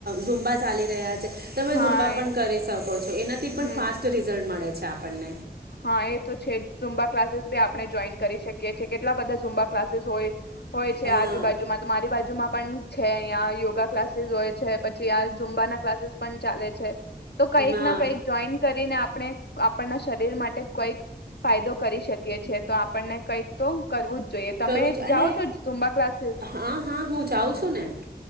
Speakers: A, on the right; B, on the left.
A: ઝુંબા ચાલી રહ્યા છે. તમે
B: હા
A: ઝુંમબા પણ
B: એ
A: કરી શકો છો. એનાથી પણ
B: હમ
A: ફાસ રિઝલ્ટ મળે છે, આપણને
B: હા, એતો છે જ ઝુંમબા ક્લાસીસ બી આપડે જોઈન કરી શકીએ છે, કેટલા બધા ઝુંમબા ક્લાસીસ હોય હોય છે,
A: હા
B: આજુબાજુમાં તો મારી બાજુમાં પણ છે અહીંયા યોગા ક્લાસીસ હોય છે, પછી આ ઝુંમબાના ક્લાસીસ પણ ચાલે છે. તો કંઈક
A: હા
B: ના કંઈક જોઈન કરીને આપ આપણે આપ આપના શરીર માટે કઈક ફાયદો કરી શકીએ છે, તો આપણને કંઈક તો કરવું જ જોઈએ
A: કરું
B: તમે
A: જ અને
B: જાઓ છો ઝુંબા ક્લાસીસ
A: હા, હા, હું જાઉં છું ને.